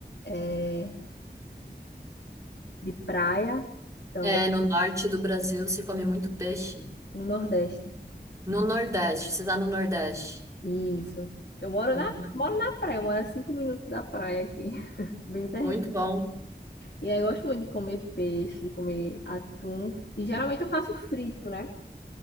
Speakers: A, on the left; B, on the right.
A: É De praia. Então,
B: É, no norte do Brasil se come muito peixe.
A: no Nordeste.
B: No Nordeste, você tá no Nordeste.
A: Isso. Eu moro
B: Uhum,
A: na, moro na praia, eu moro a cinco minutos da praia aqui. <laughs> Bem perto.
B: Muito bom.
A: E aí eu gosto muito de comer peixe, de comer atum. E geralmente eu faço frito, né?